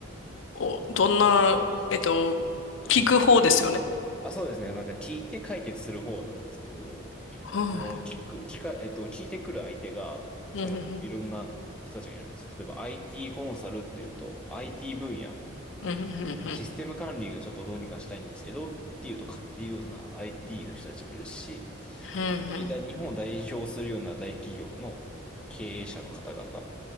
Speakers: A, on the left; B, in the centre.
A: お、どんな、えっと、
B: はい。
A: 聞く方ですよね。
B: あ、そうですね。なんか聞いて解決する方なんですけど、
A: はあ
B: その聞く、聞か、えっと、聞いてくる相手が、
A: うんうん
B: その、いろんな人たちがいるんですよ。例えば IT コンサルっていうと、IT 分野、
A: うんうんうん
B: なんかシステム管理がちょっとどうにかしたいんですけど、っていうとかっていうような IT の人たちもいるし、
A: うん
B: 本当に大日本を代表するような大企業の経営者の方々